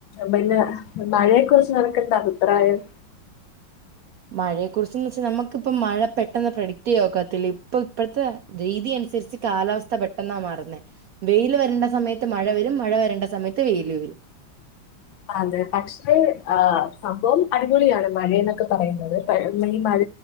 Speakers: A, on the left (about 75°); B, on the right (about 65°).
A: പിന്നെ മഴയെ കുുറിച്ച് നിനക്ക എന്ത അഭിപ്രായം
B: മഴയെ കുറിച്ചെന്ന് വെച്ചാൽ നമുക്കിപ്പ മഴ പെട്ടെന്ന് പ്രഡിക്ട് ചെയ്യ നോക്കാത്തില്ല ഇപ്പ ഇപ്പോഴത്തെ രീതി അനുസരി തിരിച്ച് കാലാവസ്ഥ പെട്ടെന്നാ മാറുന്നേ വെയിൽ വരേണ്ട സമയത്ത് മഴ വരും മഴ വരേണ്ട സമയത്ത് വെയിൽ വരും
A: അ അതെ പക്ഷേ ആ സംഭവം അടിപൊളിയാണ് മഴ എന്നൊക്കെ പറയുന്നത് മെയ മഴ